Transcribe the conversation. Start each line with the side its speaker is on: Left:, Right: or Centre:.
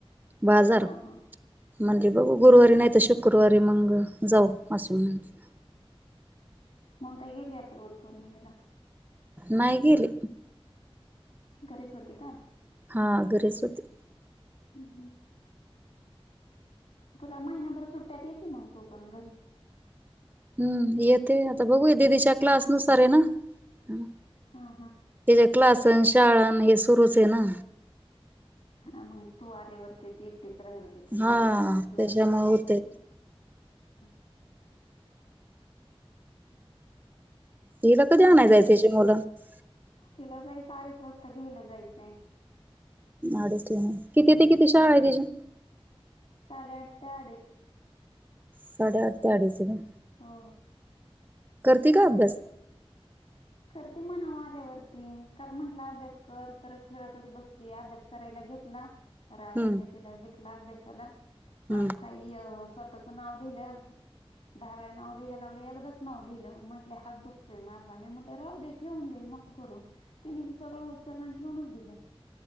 Right: बाजार.
Left: हा हा
Right: म्हणली बघू गुरुवारी नाही तर शुक्रवारी मंग जाऊ असे म्हणते.
Left: ममता गेली असेल वट पौर्णिमेला
Right: नाही गेली
Left: घरीच होती का?
Right: हा, घरीच होती.
Left: हम्म हम्म. तुला महिनाभर सुट्ट्यात ठेव की मंग तू पण घरी
Right: हम्म येते आता बघूया दिदीच्या क्लास नुसार आहे ना अह
Left: हा हा
Right: त्याचा क्लास अन शाळ अन हे सुरूच आहे ना
Left: हा, मग तू आल्यावरती ती एकटीच राहील तिथं
Right: हा
Left: मग शाळ म्हटलाच
Right: त्याच्यामुळे
Left: नाही
Right: होते
Left: <unintelligible>
Right: हिला कधी आणाय
Left: बाकी
Right: जायचं त्याची मुलं
Left: तिला जायचं अडीच वाजता घ्यायला जायचंय
Right: अडीचला. किती ते किती
Left: हो
Right: शाळा आहे तिची?
Left: साडेआठ ते अडीच.
Right: साडे आठ ते आडीच ला
Left: हो.
Right: करते का अभ्यास?
Left: करते मनावर आल्यावरती. काल म्हंटलं अभ्यास कर तर खेळतच बसली अभ्यास करायला घेतला ला रागवली
Right: हम्म
Left: तीला घेतला अभ्यासाला
Right: हम्म.
Left: आणि काही स्वतः तिची नाव लिहिलं दहा वेळा नाव लिहिलं एकदाच नाव लिहिलं म्हटलं हात दुखतोय माझ झा मी म्हटलं राहू दे ठेवून दे नको करू. तिने म सगळं उचललं ठेवूनच दिलं